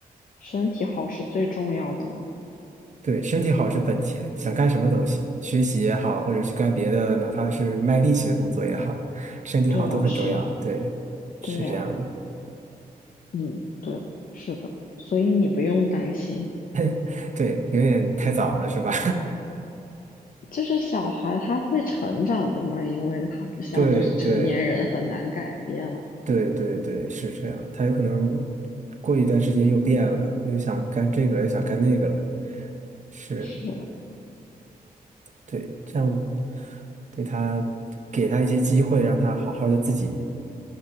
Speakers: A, on the left (about 60°); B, on the right (about 50°).
A: 身体好是最重要的呢。
B: 对，身体好是本钱，想干什么都行，学习也好，或者是干别的，哪怕是卖力气的工作也好，身体好都很重要。
A: 对啊，是啊，
B: 对，是这样的。
A: 对啊，嗯，对，是的，所以你不用担心，
B: <laughs> 对，有点太早了，是吧？
A: 就是小孩他会成长的嘛，因为他不像就是成年人很难改变了。
B: <laughs> 对对对对对，是这样。他有可能过一段时间又变了，又想干这个了又想干那个了。是，
A: 是。
B: 对，这样对他给他一些机会，让他好好的自己